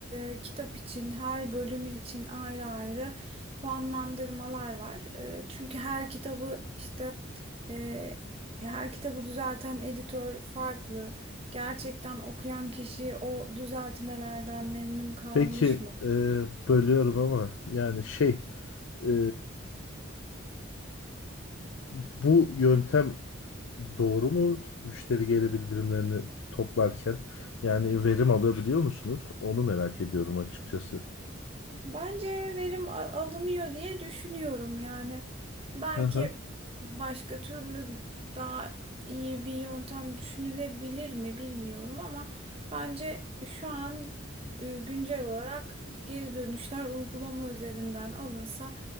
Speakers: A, on the right; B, on the left.
A: e, kitap için, her bölümü için ayrı ayrı puanlandırmalar var. E, çünkü her kitabı işte e, her kitabı düzelten editör farklı. Gerçekten okuyan kişi o düzeltmelerden memnun kalmış
B: Peki
A: mı?
B: e, bölüyorum ama yani şey e, Bu yöntem doğru mu? Müşteri geri bildirimlerini toplarken yani verim alabiliyor musunuz? Onu merak ediyorum açıkçası.
A: Bence verim a- alınıyor diye düşünüyorum yani. Belki
B: Hı hı.
A: başka türlü daha iyi bir yöntem düşünülebilir mi bilmiyorum ama bence şu an e, güncel olarak geri dönüşler uygulama üzerinden alınsa